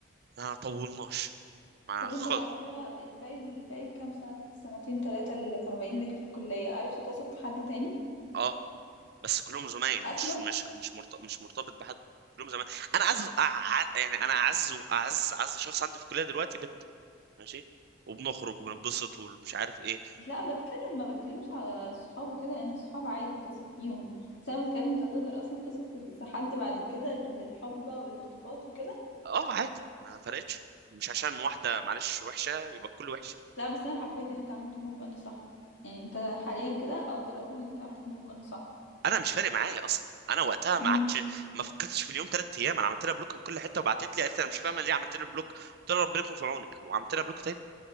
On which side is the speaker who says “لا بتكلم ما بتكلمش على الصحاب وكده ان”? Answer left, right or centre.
Left